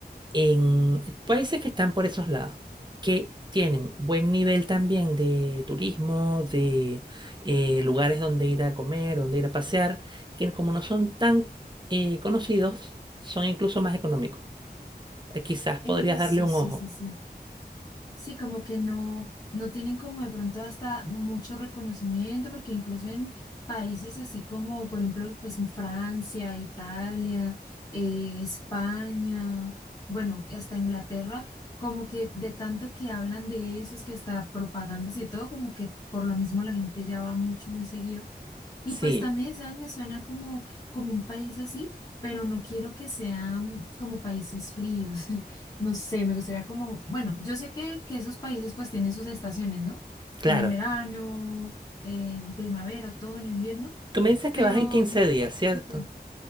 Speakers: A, on the right; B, on the left.
A: en países que están por esos lados, que tienen buen nivel también de turismo, de eh, lugares donde ir a comer, donde ir a pasear, y que como no son tan eh, conocidos, son incluso más económicos. Eh, quizás podrías
B: Eso,
A: darle un
B: sí,
A: ojo.
B: sí, sí. Sí, como que no, no tienen como de pronto hasta mucho reconocimiento, porque incluso en países así como, por ejemplo, pues en Francia, Italia, eh, España, bueno, y hasta Inglaterra, como que de tanto que hablan de eso, es que hasta propagandas y de todo, como que por lo mismo la gente ya va mucho, muy seguido. Y
A: Sí,
B: pues también, ¿sabes? Me suena como, como un país así, pero no quiero que sean como países fríos. <laughs> No sé, me gustaría como, bueno, yo sé que, que esos países pues tienen sus estaciones, ¿no?
A: claro.
B: Tienen verano, eh, primavera, otoño, invierno,
A: Tú me dices
B: pero,
A: que vas en 15
B: mm,
A: días, ¿cierto?
B: ujú,